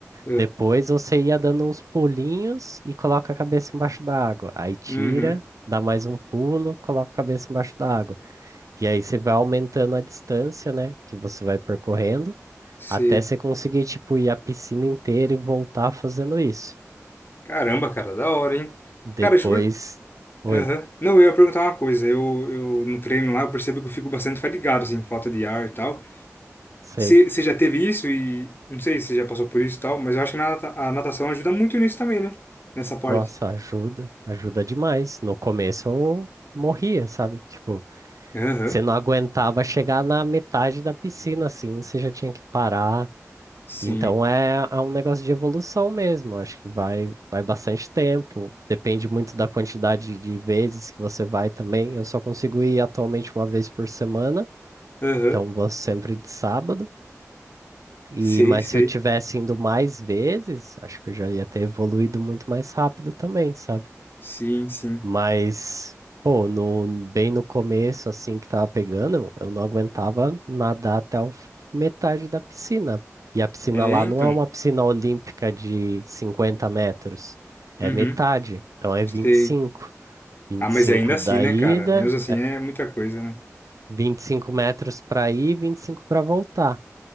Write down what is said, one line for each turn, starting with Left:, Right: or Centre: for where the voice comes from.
Left: é,
Right: Depois você ia dando uns pulinhos e coloca a cabeça embaixo da água. Aí tira,
Left: uhum,
Right: dá mais um pulo, coloca a cabeça embaixo da água. E aí você vai aumentando a distância, né, que você vai percorrendo,
Left: sei.
Right: até você conseguir, tipo, ir a piscina inteira e voltar fazendo isso.
Left: Caramba, cara, da hora, hein?
Right: Depois,
Left: Cara, deixa eu... per-
Right: oi,
Left: Aham. Não, eu ia perguntar uma coisa. Eu, eu no treino lá, eu percebo que eu fico bastante fadigado, assim, falta de ar e tal.
Right: sei.
Left: Você você já teve isso e... Não sei se você já passou por isso e tal, mas eu acho que na nata- a natação ajuda muito nisso também, né? Nessa parte.
Right: Nossa, ajuda, ajuda demais. No começo eu morria, sabe? Tipo,
Left: Aham,
Right: você não aguentava chegar na metade da piscina, assim, você já tinha que parar.
Left: sim.
Right: Então é, é um negócio de evolução mesmo. Acho que vai, vai bastante tempo. Depende muito da quantidade de vezes que você vai também. Eu só consigo ir atualmente uma vez por semana,
Left: Aham,
Right: então vou sempre de sábado. E
Left: sei,
Right: mas
Left: sei.
Right: se eu tivesse indo mais vezes, acho que eu já ia ter evoluído muito mais rápido também, sabe?
Left: Sim, sim.
Right: Mas, pô, no, bem no começo, assim, que tava pegando, eu não aguentava nadar até o f- metade da piscina. E a piscina
Left: É,
Right: lá
Left: então.
Right: não é uma piscina olímpica de 50 metros, é
Left: Uhum,
Right: metade, então é vinte
Left: sei.
Right: vinte e cinco vinte
Left: Ah, mas
Right: e cinco
Left: ainda assim,
Right: da
Left: né,
Right: ida,
Left: cara? Mesmo assim é muita coisa, né?
Right: 25 metros para ir, 25 para voltar.